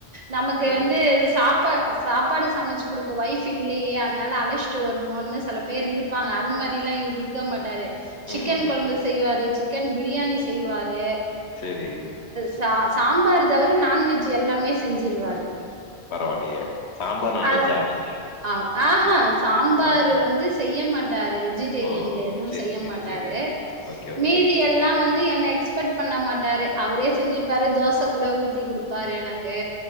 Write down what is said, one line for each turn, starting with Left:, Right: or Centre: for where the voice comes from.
Right: நமக்கு
Left: ம்
Right: வந்து சாப்பா சாப்பாடு சமச்சு கொடுக்க ஒய்ஃப் இல்லயே அதனால அழச் ட்டு வருவோனு செல பேரு இருப்பாங்க அது மாரிலா இவரு இருக்க மாட்டாரு
Left: ம்
Right: சிக்கன் கொழம்பு செய்வாரு சிக்கன் பிரியாணி செய்வாரு
Left: சேரி
Right: ச சாம்பாரு தவர நான்வெஜ் எல்லாமே செஞ்சிருவாரு
Left: பரவால்லயே சாம்பார் நான்வெஜ்ஜா
Right: அது ஆ ஆஹா சாம்பாரு
Left: அ
Right: வந்து செய்ய மாட் டாரு வெஜிடேரியன்ல
Left: ஓ
Right: எதும்
Left: செரி
Right: செய்ய
Left: செரி
Right: மாட்டாரு
Left: செரி ஓகே ஓகே
Right: மீதி எல்லா வந்து என்ன எக்ஸ் பெக்ட் பண்ண மாட்டாரு அவரே செஞ்சுப்பாரு தோச கூட ஊத்தி குடுப்பாரு எனக்கு